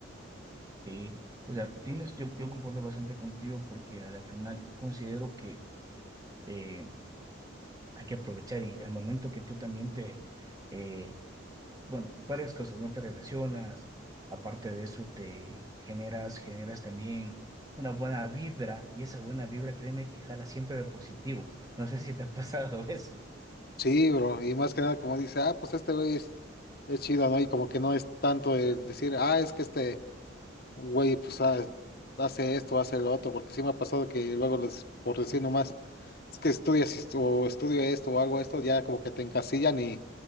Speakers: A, on the right (about 20°); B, on the left (about 50°).
A: Sí. O sea, tienes, yo, yo concuerdo bastante contigo porque al final considero que eh, hay que aprovechar y al momento que tú también te, eh, bueno, varias cosas, no te relacionas, aparte de eso te generas, generas también una buena vibra y esa buena vibra, créeme que jala siempre de positivo. No sé si te ha pasado <laughs> eso.
B: Sí, bro, y más que nada como dice, ah, pues este güey es, es chido, ¿no? Y como que no es tanto el decir, ah, es que este güey, pues ah, hace esto, hace lo otro, porque sí me ha pasado que luego les, por decir nomás, es que estudias esto- o estudio esto o hago esto, ya como que te encasillan y,